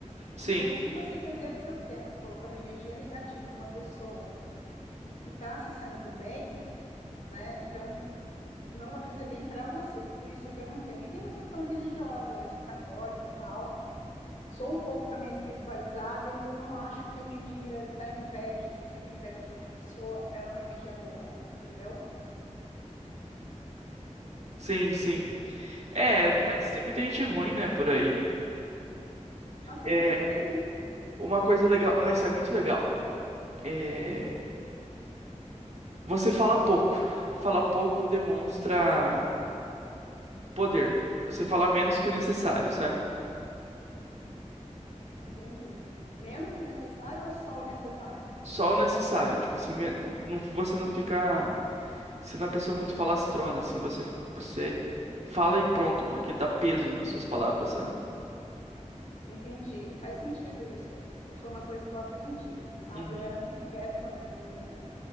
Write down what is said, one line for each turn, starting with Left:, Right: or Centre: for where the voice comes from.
Right: Sim.
Left: Então, se você perder seu tempo colocando energia negativa numa pessoa, que está se saindo bem, né? Então não vai fazer bem para você. Por isso é que eu não tenho. E tem uma questão religiosa, eu sou católica e tal. Sou um pouco também espiritualizada e eu não acho que a energia da inveja, você tem inveja de outra pessoa, ela é uma energia boa, entendeu?
Right: Sim, sim. É,
Left: Uhum.
Right: mas tem muita gente ruim, né, por aí.
Left: Nossa,
Right: É,
Left: o que mais tem, né?
Right: uma coisa legal. Ah, isso é muito legal. É, Você fala pouco. Falar pouco demonstra poder. Você fala menos que o necessário, sabe?
Left: Entendi. Menos que o necessário ou só o necessário?
Right: Só o necessário. Tipo assim, me- não- você não fica sendo uma pessoa muito falastrona, assim. Você, você fala e pronto, porque dá peso nas suas palavras, sabe?
Left: Entendi. Faz sentido isso. Foi uma coisa que eu aprendi, sabe?
Right: Uhum.
Left: Eu era muito quieta quando era menina.